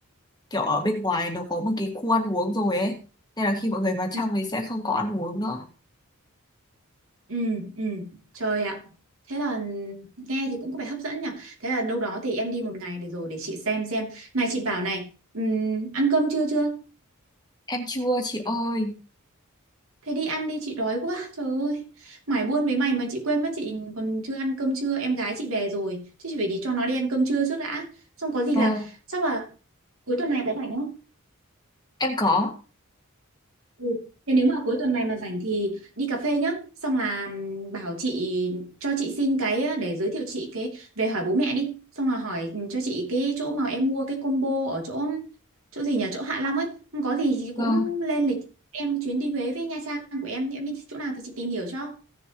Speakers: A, on the left; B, on the right.
A: kiểu ở bên ngoài nó có một cái khu ăn uống rồi ấy nên là khi mọi người vào trong
B: ừ,
A: thì sẽ không có ăn uống nữa
B: ừ, ừ. Trời ạ. Thế là nghe thì cũng có vẻ hấp dẫn nhở. Thế là đâu đó thì em đi một ngày để rồi để chị xem xem. Này chị bảo này, ừm, ăn cơm trưa chưa?
A: em chưa chị ơi
B: Thế đi ăn đi chị đói quá trời ơi Mải buôn với mày mà chị quên mất chị còn chưa ăn cơm trưa Em gái chị về rồi Chứ chị phải đi cho nó đi ăn cơm trưa trước đã Xong có gì
A: vâng
B: là chắc là cuối tuần này có rảnh không
A: em có
B: Ừ. Thế nếu mà cuối tuần này mà rảnh thì đi cà phê nhá Xong là ừm, bảo chị cho chị xin cái á, để giới thiệu chị cái về hỏi bố mẹ đi Xong là hỏi cho chị cái chỗ mà em mua cái combo ở chỗ chỗ gì nhỉ chỗ Hạ Long ấy Không có gì thì
A: vâng
B: cũng lên lịch em chuyến đi Huế với Nha Trang của em Em biết chỗ nào thì chị tìm hiểu cho